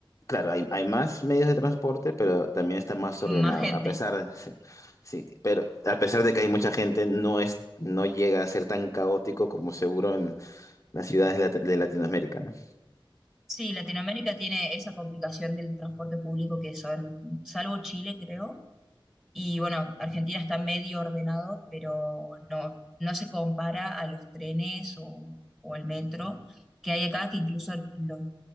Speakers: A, on the left (about 35°); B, in the centre.
A: claro, hay, hay más medios de transporte, pero también está más
B: más
A: ordenado.
B: gente.
A: A pesar, <laughs> sí, pero a pesar de que hay mucha gente, no es, no llega a ser tan caótico como seguro en las ciudades de, Lat- de Latinoamérica, ¿no?
B: Sí, Latinoamérica tiene esa complicación del transporte público que son, salvo Chile, creo, y bueno, Argentina está medio ordenado, pero no, no se compara a los trenes o, o al metro que hay acá, que incluso los,